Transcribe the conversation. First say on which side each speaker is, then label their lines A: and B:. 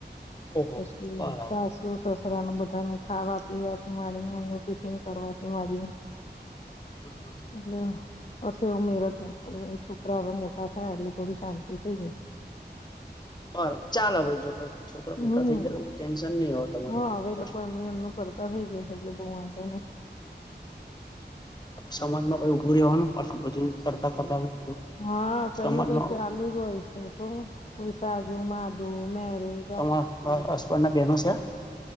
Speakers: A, on the left; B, on the left.
A: ઓહો
B: પછી
A: બરાબર
B: સાસ સુ સસરાનું બધાનુ ખાવા પીવાથી માંડીને એમનું ટિફિન કરવાથી માંડીને
A: હમ હમ.
B: દેવ કસો <unintelligible> પડ્યો એ છો કરા હવે મોટા થયા એટલે થોડી શાંતિ થઈ ગઈ
A: બરા ચાલો ભાઈ જો છોકરો
B: હમ
A: ભણતા થઈ ગય ટેન્શન નહી હો તમારે
B: હા
A: <unintelligible>
B: હવે એ લોકો એમનું કરતા થઇ ગયા છે, એટલે બો વાંધો નહી
A: સમાજમાં કોઈ ઉભું રહેવાનું પાછ બધું કરતા કરતા <unintelligible>
B: હા કઈ
A: સમાજમાં
B: નુ કઈ ચાલુ જ હોય છે, તો કોઈ સાજુ, માધું મેરી
A: તમા હ હસબન્ડના બેનો છે?